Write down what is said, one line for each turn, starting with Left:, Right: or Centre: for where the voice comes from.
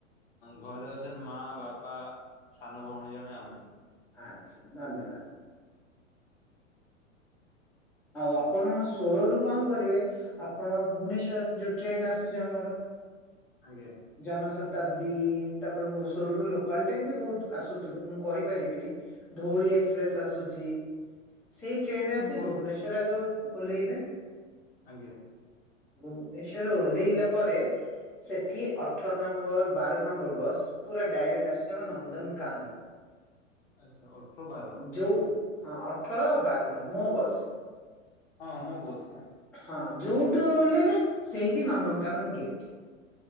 Left: ଘରେ ଅଛନ୍ତି ମା ବାପା ସାନ ଭଉଣୀ ଜଣେ ଆଉ ମୁଁ।
Centre: ଆଚ୍ଛା ଧନ୍ୟବାଦ। ଆଉ ଆପଣ ସ୍ୱରରୁୁ କଣ କରିବେ? ଆପଣ ଭୁବନେଶ୍ୱର ଯୋଉ ଟ୍ରେନ ଆସୁଛି ଆମର
Left: ଆଜ୍ଞା।
Centre: ଜନଶତାବ୍ଦୀ ତାପରେ ଭୁବନେଶ୍ବର ରୁ ଲୋକାଲ ଟ୍ରେନ ବି ବହୁତ ଆସୁଥିବ ମୁଁ କହିପାରିବିନି। ଧଉଳି ଏକ୍ସପ୍ରେସ ଆସୁଚି। ସେଇ ଟ୍ରେନରେ ଆସି
Left: ବହୁତ
Centre: ଭୁବନେଶ୍ଵର ଆଗ ଓହ୍ଲେଇବେ।
Left: ଆଜ୍ଞା।
Centre: ଭୁବନେଶ୍ଵରରେ ଓହ୍ଲେଇଲା ପରେ ସେଠି ଅଠର ନମ୍ବର ବାର ନମ୍ବର ବସ୍ ପୁରା ଡାଇରେକ୍ଟ ଆସୁଛି ଆମ ନନ୍ଦନକାନନ। <inaudible>
Left: ଆଚ୍ଛା। ଅଠର ବାର।
Centre: ଯୋଉ ହଁ ଅଠର ବାର ନମ୍ବର ମୋ ବସ୍।
Left: ହଁ ମୋ ବସ। ହଁ।
Centre: ହଁ ଯୋଉଠୁ ଓହ୍ଲେଇବେ ସେଇଠି ନନ୍ଦନକାନନ ଗେଟ।